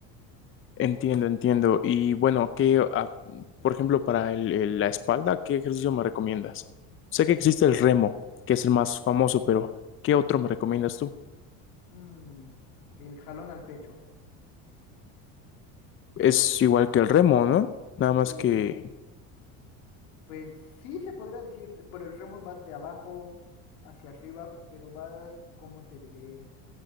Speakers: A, on the left; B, on the left.
A: Entiendo, entiendo. Y bueno, ¿qué, ah, por ejemplo, para el- el- la espalda, qué ejercicio me recomiendas? Sé que existe el remo, que es el más famoso, pero ¿qué otro me recomiendas tú?
B: Mm, el jalón al pecho.
A: Es igual que el remo, ¿no? Nada más
B: Eh,
A: que
B: pues sí se podría decir, de- pero el remo vas de abajo hacia arriba, pero vas, ¿cómo te diré?